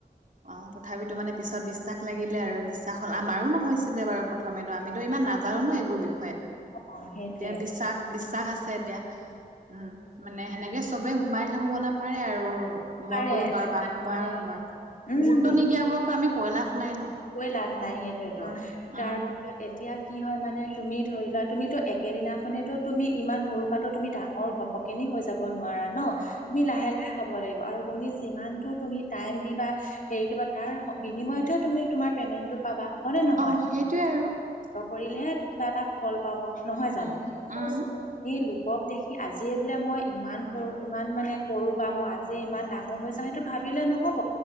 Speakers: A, on the right (about 50°); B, on the left (about 55°).
A: অ তথাপিতো মানে পিছত বিশ্বাস লাগিলে আৰু বিশ্বাস হ'ল আমাৰো নহৈছিলে বাৰু প্ৰথমেতো আমিতো ইমান নাজানো ন এইবোৰ বিষয়ে
B: অ সেইটোৱে
A: এতিয়া বিশ্বাস বিশ্বাস আছে এতিয়া উম মানে সেনেকে চবেই সোমাই থাকো কলে পাৰে আৰু
B: পাৰে
A: মই কলো কাৰোবাক
B: মানে
A: মই আৰু কাৰোবাক
B: উম
A: গুৰুত্ব নিদিয়াবোৰকতো আমি কয় লাভ নাই ন
B: কৈ লাভ নাই সেইটোয়েতো
A: উম উম
B: তাৰপিছত এতিয়া কি হয় মানে তুমি ধৰি লোৱা তুমিতো একেদিনাখনেতো তুমি ইমান সৰু পৰা তুমি ডাঙৰ ঘপ কেনি হৈ যাব নোৱাৰা ন তুমি লাহে লাহে হব লাগিব আৰু তুমি যিমানটো তুমি টাইম দিবা হেৰি কৰিবা তাৰ বিনিময়তহে তুমি তুমাৰ পে'মেণ্টটো পাবা হয় নে নহয়
A: অ সেইটোৱে আৰু
B: কষ্ট কৰিলেহে কিবা এটা ফল পাব নহয় জানো
A: উম
B: তুমি
A: উম
B: নোকক দেখি আজিয়ে বোলে মই ইমান কৰো ইমান মানে কৰো বা মই আজিয়ে ইমান ডাঙৰ হৈছ সেইটো ভাবি লে নহ'ব